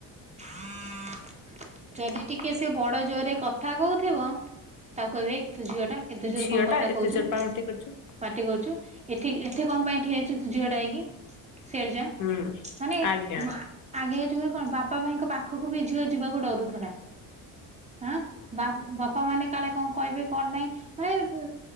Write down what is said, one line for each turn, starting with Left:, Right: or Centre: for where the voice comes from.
Right: <inaudible> ଯଦି ଟିକେ ସେ ବଡ ଜୋରରେ କ କଥା କହୁଥିବ ତାକୁ କହିବେ ଏ ତୁ ଝିଅଟା ଏତେ ଜୋରରେ
Left: ଝିଅ
Right: କଣ କଥା
Left: ଟା ଏତେ
Right: କହୁଛୁ?
Left: ଜୋର ପାଟି କରୁଛୁ
Right: ପାଟି କରୁଛୁ ଏଠି ଏଠି କଣ ପାଇଁ ଠିଆହେଇଛୁୁ ତୁ ଝିଅଟା ହେଇକି? ସିଆଡେ ଯା।
Left: ହୁଁ
Right: ମାନେ
Left: ଆଜ୍ଞା
Right: ଆ ଆଗେ ଏଇ ଯୁଗରେ କଣ ବାପା ଭାଇଙ୍କ ପାଖକୁ ବି ଝିଅ ଯିବାକୁ ଡରୁଥିଲା ହଁ। ବା ବାପା ମାନେ କାଳେ କଣ କହିବେ କଣ ନାହିଁ? ମାନେ